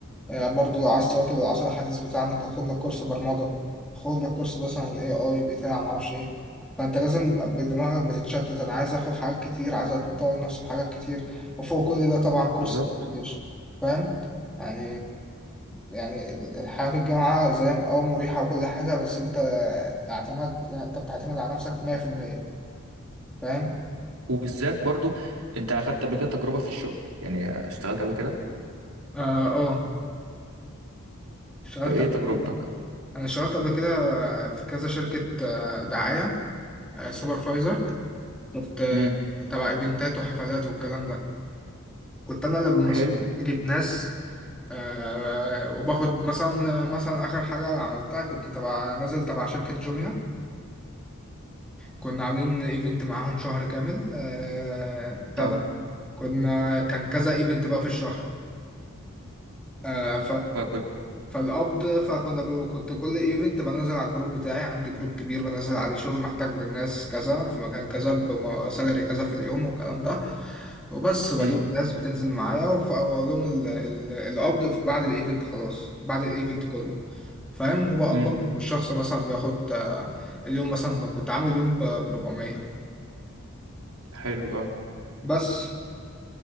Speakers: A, in the centre; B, on the right (about 80°).
A: آه، برضو لو عايز تواكب العصر الحديث بتاعنا ده خد لك كورس برمجة خد لك كورس مثلا اي اي بتاع معرفش ايه فانت لازم دماغك بتتشتت انا عايز اخد حاجات كتير عايز اطور نفسي في حاجات كتير وفوق كل ده طبعا
B: بالظبط
A: كورس الانجليش فاهم يعني يعني الحياة في الجامعة زي ما- اه مريحة وكل حاجة بس انت اعتمد يعني انت بتعتمد على نفسك 100% فاهم
B: وبالذات برضو انت اخدت قبل كده تجربة في الشغل يعني اشتغلت قبل كده
A: اه آه. اشتغلت
B: طب ايه
A: قبل
B: تجربتك
A: كده انا اشتغلت قبل كده في كذا شركة آه، دعاية سوبرفايزر شفت آه،
B: امم
A: تبع ايفنتات وحفلات والكلام ده كنت انا اللي بالمسؤول
B: حلو
A: اجيب ناس آه وباخد مثلا مثلا اخر حاجه عملتها كنت تبع نازل تبع شركه جوميا كنا عاملين ايفنت معاهم شهر كامل آه بتاع
B: اه
A: ده كنا كان كذا ايفنت بقى في الشهر آه
B: فكنت
A: فالقبض فكنا ب... كنت كل ايفنت بنزل على الجروب بتاعي عندي جروب كبير بنزل عليه شغل محتاج للناس كذا في مكان كذا بسالري كذا في اليوم والكلام ده وبس بجيب
B: امم
A: ناس بتنزل معايا وف- واقول لهم ال- ال- القبض في- بعد الايفنت خلاص بعد الايفنت كله فاهم وبقبض
B: امم
A: الشخص مثلا بياخد آه، اليوم مثلا ب- كنت عامل يوم ب 400
B: حلو اه
A: بس